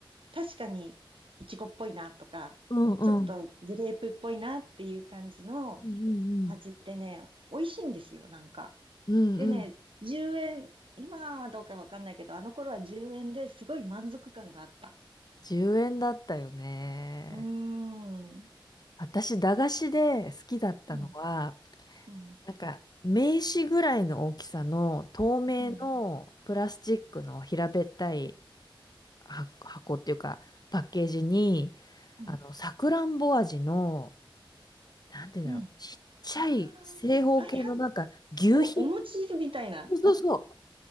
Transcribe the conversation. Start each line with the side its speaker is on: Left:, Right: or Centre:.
Right: 確かにいちごっぽいなとか、
Left: うん、
Right: ちょっとグレープっぽいなっていう感じの
Left: うん。うん、うん、
Right: 味でね、
Left: うん。
Right: 美味しいんですよ、なんか。
Left: うん、うん。
Right: でね、10円、今はどうかわかんないけど、あの頃は10円ですごい満足感があった。
Left: 10円だったよね。
Right: うーん、
Left: 私、駄菓子で好きだったのは、
Right: うん、うん、
Left: なんか、名刺ぐらいの大きさの透明のプラスチックの平べったい
Right: うん、
Left: は箱っていうか、パッケージに、
Right: うん、
Left: あの、さくらんぼ味の、なんて言うんだろう、
Right: うん。
Left: ちっちゃい正方形のなんか、
Right: ああ、はいはい。
Left: 牛皮
Right: お、お餅みたいな。
Left: そうそうそう。